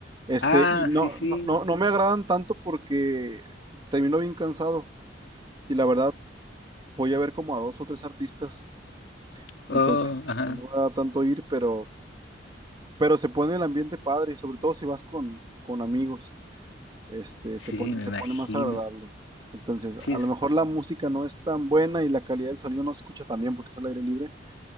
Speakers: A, on the right (about 25°); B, on the left (about 85°).
A: este,
B: Ah,
A: y no,
B: sí, sí.
A: no, no, no me agradan tanto porque termino bien cansado y la verdad voy a ver como a dos o tres artistas,
B: Oh,
A: entonces
B: ajá.
A: este, no me da tanto ir, pero... Pero se pone el ambiente padre y sobre todo si vas con, con amigos, este,
B: Sí,
A: se pone,
B: sí, me
A: se
B: imagino.
A: pone más agradable. Entonces, a
B: Sí, es-
A: lo mejor la música no es tan buena y la calidad del sonido no se escucha tan bien porque es al aire libre,